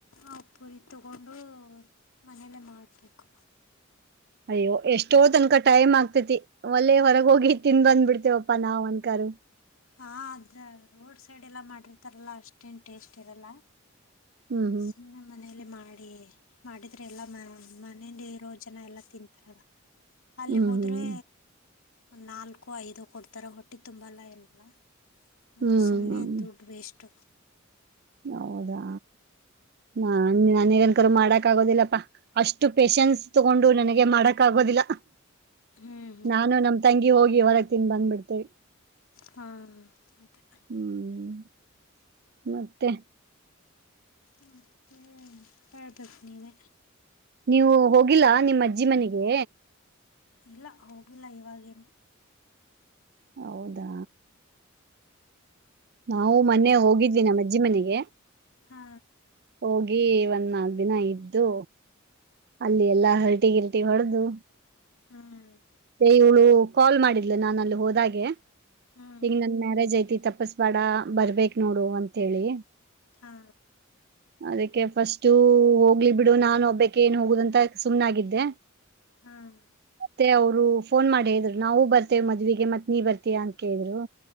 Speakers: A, on the left; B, on the right.
A: ಆ ಪುರಿ ತಗೊಂಡು ಮನೆಯಲ್ಲೇ ಮಾಡಬೇಕು.
B: ಅಯ್ಯೋ ಎಷ್ಟೋ ತನಕ ಟೈಮ್ ಆಗ್ತೇತಿ ಒಲ್ಲೆ ಹೊರಗೋಗಿ ತಿನ್ ಬಂದ್ಬ ಬಿಡ್ತೇವಪ್ಪಾ ನಾವ್ ಅನ್ಕಾರ.
A: ಹಾ ಅದ ರೋಡ್ ಸೈಡ್ ಎಲ್ಲ ಮಾಡಿರ್ತಾರಲ್ಲ ಅಷ್ಟೇನ್ ಟೇಸ್ಟ್ ಇರಲ್ಲ.
B: ಹ್ಮ್
A: ಸುಮ್ನೇ ಮನೇಲ್ಲ ಮಾಡ. ಮಾಡಿದ್ರೆ ಎಲ್ಲಾ ಮನೇಲಿ ರೋ ಜನ ಎಲ್ಲಾ ತಿಂತಾರೆಲ್ಲ. ಅಲ್ಲಿ
B: ಹ್ಮ್
A: ಹೋದ್ರೆ
B: ಹ್ಮ್
A: ಒಂದುನಾಲ್ಕು ಐದು ಕೊಡ್ತಾರ ಹೊಟ್ಟಿ ತುಂಬಲ್ಲ ಏನಿಲ್ಲ. ಮತ್ತೆ
B: ಹ್ಮ್
A: ಸುಮ್ಮನೆ
B: ಹ್ಮ್
A: ದುಡ್ ವೇಸ್ಟ್.
B: ಹೌದಾ. ಹಾ ನಾನಗನ್ಕ ಮಾಡಕ್ ಆಗೋದಿಲ್ಲಪ್ಪಾ ಅಷ್ಟು ಪೇಶನ್ಸ್ ತಗೊಂಡು ನನಗೆ ಮಾಡಕ್ ಆಗ. ದಿಲ್ಲ
A: ಹ್ಮ್ ಹ್ಮ್
B: ನಾನು ನಮ ತಂಗಿ ಹೋಗಿ ಹೊರಗೆ ತಿಿಂದ ಬಂದ್ಬಿಡ್ತೇವಿ.
A: ಹಾ <unintelligible>
B: ಹ್ಮ್ ಮತ್ತೆ.
A: ಮತ್ತೆ ಹೇಳ್ಬೇಕು ನೀವೇ.
B: ನೀವು ಹೋಗಿಲ್ಲಾ ನಿಮ್ಮ ಅಜ್ಜಿ ಮನೆಗೆ.
A: ಇಲ್ಲ ಹೋಗಿಲ್ಲ ಇವಾಗೇನು.
B: ಹೌದಾ. ನಾವು ಮೊನ್ನೆ ಹೋಗಿದ್ವಿ ನಮ್ಮ ಅಜ್ಜಿ ಮನೆಗೆ.
A: ಹಾ
B: ಹೋಗಿ ಒಂದ್ ನಾಲ್ಕ ದಿನ ಇದ್ದು ಅಲ್ಲಿ ಎಲ್ಲಾ ಹರಟಿ ಗಿರ್ಟಿ ಹೊಡೆದು.
A: ಹ್ಮ್.
B: ಮತ್ತೆ ಇವಳು ಕಾಲ್ ಮಾಡಿದ್ಲು ನಾನು ಅಲ್ಲಿ ಹೋದಾಗೆ
A: ಹ್ಮ್
B: ಈಗ ನನ್ ಮ್ಯಾರೇಜ್ ಐತಿ ತಪಸ್ಬೇಡ ಬರ್ಬೇಕ ನೋಡು ಅಂತ ಹೇಳಿ.
A: ಹಾ
B: ಹ <inaudible> ಅದಕ್ಕೆ ಫಸ್ಟು ಹೋಗ್ಲಿ ಬಿಡು ನಾನು ಒಬ್ಬಕ್ಕೆ ಏನ್ ಹೋಗುದಂತ ಸುಮ್ನಾಗಿದ್ದೆ.
A: ಹ್ಮ್.
B: ಮತ್ತೆ ಅವ್ರು ಫೋನ್ ಮಾಡಿ ಹೇಳಿದ್ರು ನಾವವು ಬರ್ತೇವಿ ಮದ್ವಿಗೆ ಮತ್ ನೀ ಬರ್ತೀಯ ಅಂತ ಕೇಳಿದ್ರು.